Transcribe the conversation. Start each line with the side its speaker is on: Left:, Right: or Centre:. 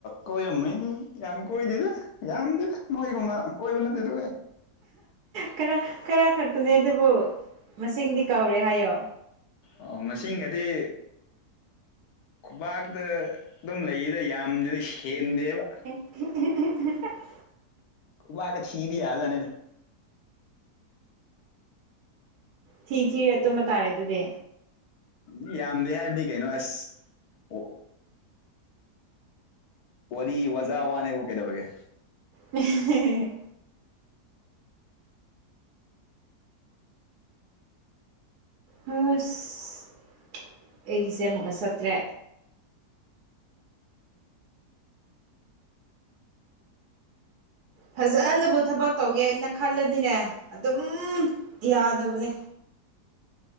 Left: ꯀꯣꯏꯔꯝꯅꯤ ꯌꯥꯝ ꯀꯣꯏꯗꯦꯗ ꯌꯥꯝꯗꯤ ꯅꯣꯏꯒꯨꯝꯅ ꯀꯣꯏꯕ ꯅꯠꯇꯦꯗ ꯀꯣꯏ
Right: ꯈꯔ ꯈꯔ ꯈꯛꯇꯨꯅꯦ ꯑꯗꯨꯕꯨ ꯃꯁꯤꯡꯗꯤ ꯀꯥꯎꯔꯦ ꯍꯥꯏꯌꯣ
Left: ꯑꯣ ꯃꯁꯤꯡꯒꯗꯤ ꯈꯨꯄꯥꯛꯥꯛꯇ ꯑꯗꯨꯝ ꯂꯩꯗ ꯌꯥꯝꯗ꯭ꯔꯦꯗ ꯁꯦꯟꯗꯦꯕ
Right: <unintelligible>
Left: ꯎ ꯋꯥ ꯀꯦ ꯊꯕꯤ ꯌꯥ ꯌꯥꯅꯤꯗ
Right: ꯊꯤ ꯊꯤꯔꯦ ꯇꯨꯝꯕ ꯇꯥꯔꯦ ꯑꯗꯨꯗꯤ
Left: ꯎ ꯌꯥꯝꯗꯦ ꯍꯥꯏꯕꯗꯤ ꯀꯩꯅꯣ ꯑꯁ ꯑꯣ ꯋꯥꯔꯤ ꯋꯥꯖꯥ ꯋꯥꯅꯦꯕꯨ ꯀꯩꯗꯧꯔꯒꯦ
Right: ꯎ ꯍꯁ ꯑꯩꯒꯤꯁꯦ ꯑꯃꯨꯛꯀ ꯆꯠꯇ꯭ꯔꯦ ꯐꯖꯅꯕꯨ ꯊꯕꯛ ꯇꯧꯒꯦ ꯍꯥꯏꯅ ꯈꯜꯂꯅꯤꯅꯦ ꯑꯗꯨꯝ ꯌꯥꯗꯕꯅꯦ